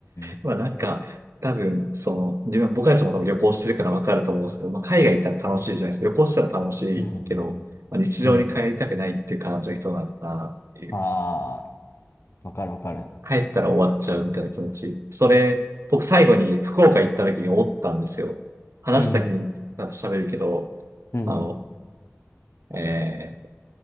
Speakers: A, on the left; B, on the right.
A: え
B: まあなんか、多分、その、自分、僕たちも多分旅行してるから分かると思うんですけど、まあ海外行ったら楽しいじゃないですか。
A: うん。
B: 旅行したら楽しいけど、
A: うん。
B: まあ、日常に帰りたくないっていう感じの人なのかなっていう。
A: うん。ああわかるわかる。
B: 帰ったら終わっちゃうみたいな気持ち。それ、僕最後に福岡行った時に思ったんですよ。話す先に多分喋るけど、
A: うん。うん。
B: あの、えー